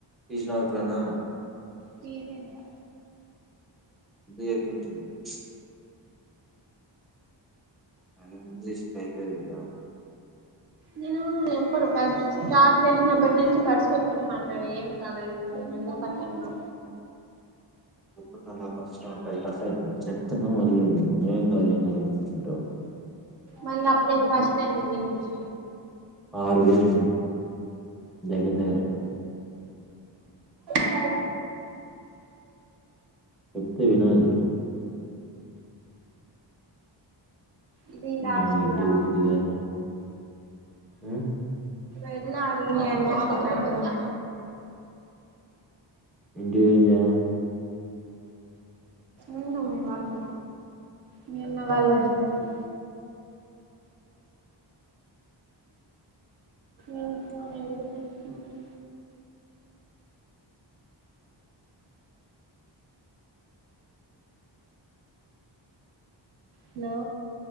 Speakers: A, in the centre; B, on the right.
A: తీసినవ ఎప్పుడనా
B: తీయలేదురా
A: <unintelligible> <unintelligible> అరే ముంజేష్ బైక్ అడిగాడురా
B: నేను ఎప్పుడు ఫస్ట్ స్టార్ట్ చేసినప్పటి నుంచి బర్డ్స్ పెట్టుకునే మాట్లాడ ఏంకాలే ఎందుకు అట్ల అయిందో
A: <unintelligible> బగ్స్ ఉంటాయి కట్ అయితయి చెట్ చెప్పుతున్నాను మళ్ళీ ఏంకాదు ఏంకాదు అనుకుంటు
B: మళ్ళీ అప్పుడే ఫస్ట్ ఎందుకు వినిపించలే
A: ఆరు వేస్ట్ దగ్గర దగ్గర
B: <inaudible>
A: చెప్తే వినాలి
B: ఇదిలాస్ట్
A: నాకు ఇంటికి
B: దా
A: పోబుద్ది కాలే ఉమ్
B: వెళ్ళు అడుండి ఏం చేస్తావ్ గంట ఉన్న
A: ఇంటికివోయి ఏం చేయాలే
B: ఉండు మీ వాళ్ళు మీ అమ్మ వాళ్ళు వచ్చేవరకు ఇంకా ఎడిపిస్తున్నవ్ హలో